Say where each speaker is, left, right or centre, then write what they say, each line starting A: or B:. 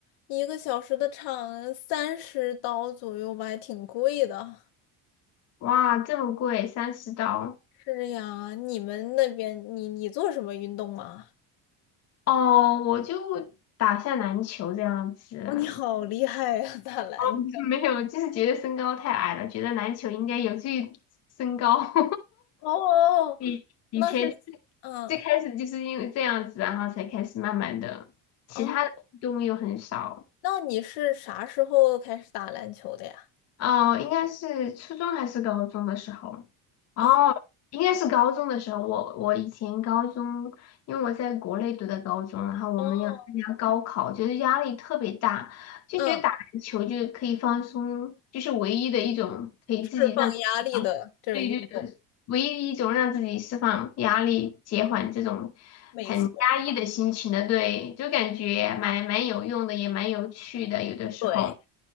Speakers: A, on the left (about 75°); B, on the left (about 40°).
A: 一个小时的场三十刀左右吧，还挺贵的。
B: 哇，这么贵，三十刀。
A: 是呀，你们那边你你做什么运动吗？
B: 哦，我就打下篮球这样子。
A: 哦，你好厉害呀，打篮球。
B: <laughs> 没有，就是觉得身高太矮了，觉得篮球应该有助于身高。<laughs>
A: 哦，
B: 以以前
A: 那是，嗯，
B: 最开始就是因为这样子，然后才开始慢慢的，其他的运动又很少。
A: 哦，那你是啥时候开始打篮球的呀？
B: 哦，应该是初中还是高中的时候？
A: 啊，
B: 哦，应该是高中的时候。我我以前高中，因为我在国内读的高中，然后我们要参加高考，
A: 哦，
B: 就是压力特别大，就觉得打篮球就可以放松，
A: 嗯，
B: 就是唯一的一种可以自己让自己放，
A: 释放压力的这种运动，
B: 对，就是唯一一种让自己释放压力、减缓这种
A: 没错，
B: 很压抑的心情的，对，就感觉蛮蛮有用的，也蛮有趣的，有的时候。
A: 对，